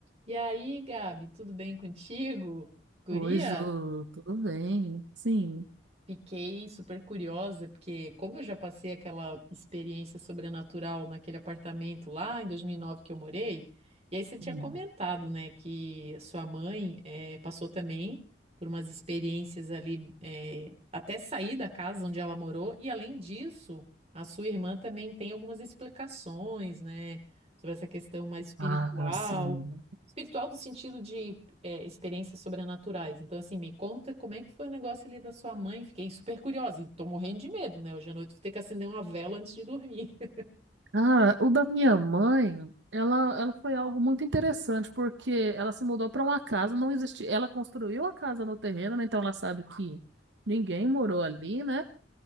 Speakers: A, on the right; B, on the right.
A: E aí, Gabi, tudo bem contigo? Guria,
B: Oi, Jô, tudo bem? Sim.
A: fiquei super curiosa, porque como eu já passei aquela experiência sobrenatural naquele apartamento lá em 2009 que eu morei, e aí você tinha
B: Hum.
A: comentado, né, que sua mãe eh, passou também por umas experiências ali, eh, até sair da casa onde ela morou, e além disso, a sua irmã também tem algumas explicações, né, sobre essa questão mais espiritual.
B: Ah, sim.
A: Espiritual no sentido de é, experiências sobrenaturais. Então, assim, me conta como é que foi o negócio ali da sua mãe. Fiquei super curiosa e tô morrendo de medo, né? Hoje à noite eu vou ter que acender uma vela antes de dormir. <laughs>
B: ah o da minha mãe, ela, ela foi algo muito interessante, porque ela se mudou para uma casa, não existia. Ela construiu a casa no terreno, né? Então ela sabe que ninguém morou ali, né?